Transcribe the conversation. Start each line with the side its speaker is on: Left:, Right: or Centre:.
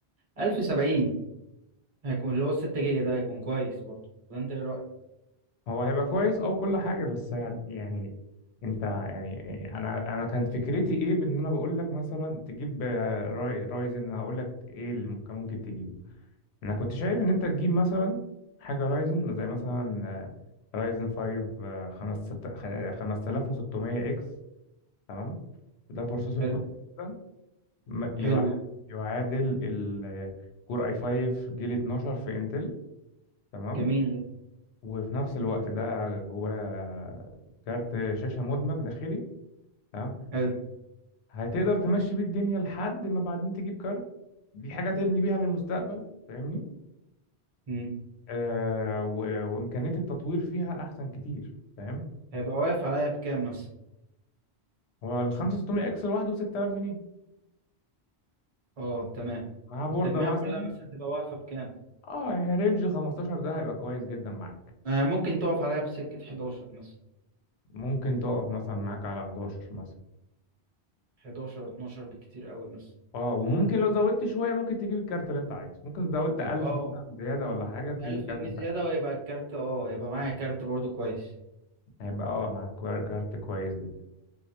Right: 1070 هيكون اللي هو ال 6 جيجا ده هيكون كويس برضه ولا انت ايه رأيك؟
Left: هو هيبقى كويس او كل حاجه بس يعني انت يعني انا انا كان فكرتي ايه بان انا بقول لك مثلا تجيب آه، راي رايزن هقول لك ايه اللي ممكن كان ممكن تجيبه انا كنت شايف ان انت تجيب مثلا حاجه رايزن زي مثلا آه، رايزن 5 آه، خمس- ست- خ- 5600 اكس تمام ده بروسيسور
Right: حلو
Left: قوي جدا ما- يع-
Right: حلو
Left: يعادل الكور اي 5 جيل 12 في انتل تمام
Right: جميل ده
Left: وفي نفس الوقت ده جواه كارت شاشة مدمج داخلي تمام
Right: حلو
Left: هتقدر تمشي بيه الدنيا لحد ما بعدين تجيب كارت دي حاجة تبني بيها للمستقبل فاهمني
Right: مم.
Left: آه و... وإمكانية التطوير فيها أحسن كتير فاهم
Right: هيبقى واقف عليا بكام مثلا؟
Left: هو ال 5600 اكس لوحده ب 6000 جنيه
Right: اه تمام
Left: مع بوردة
Right: والتجميع
Left: مثلا
Right: كلها مثلا تبقى واقفة بكام؟
Left: اه يعني رينج 15 ده هيبقى كويس جدا معاك
Right: آه ممكن تقف عليا بسكة 11 مثلا
Left: ممكن تقف مثلا معاك على 11 مثلا
Right: 11 12 بكتير قوي مثلا
Left: اه وممكن لو زودت شوية ممكن تجيب الكارت اللي انت عايزه ممكن زودت 1000
Right: اه
Left: مثلا زيادة ولا حاجة تجيب
Right: 1000
Left: الكارت
Right: جنيه
Left: اللي انت
Right: زيادة
Left: عايزه
Right: ويبقى الكارت اه هيبقى معايا كارت برضه كويس
Left: هيبقى اه معاك كوار- كارت كويس جدا